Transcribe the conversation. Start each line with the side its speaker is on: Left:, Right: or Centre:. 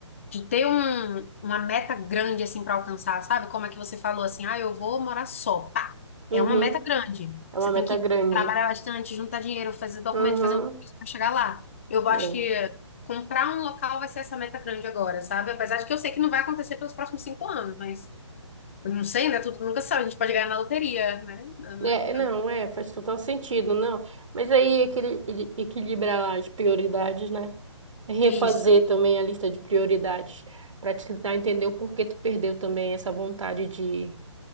Left: de ter um, uma meta grande assim para alcançar, sabe? Como é que você falou assim, ah, eu vou morar só. Pá,
Right: Uhum,
Left: é uma meta grande.
Right: é uma
Left: Você
Right: meta
Left: tem que
Right: grande.
Left: trabalhar bastante, juntar dinheiro, fazer documento,
Right: Uhum,
Left: fazer um coisa para chegar lá. Eu acho
Right: é.
Left: que comprar um local vai ser essa meta grande agora, sabe? Apesar de que eu sei que não vai acontecer pelos próximos cinco anos, mas eu não sei, né? Tudo nunca sabe. A gente pode ganhar na loteria, né? Na- na-
Right: É, é, não,
Left: na-
Right: é, faz total sentido, não. Mas aí equili- ele- equilibrar as prioridades, né? Refazer
Left: Isso.
Right: também a lista de prioridades para te tentar entender o porquê tu perdeu também essa vontade de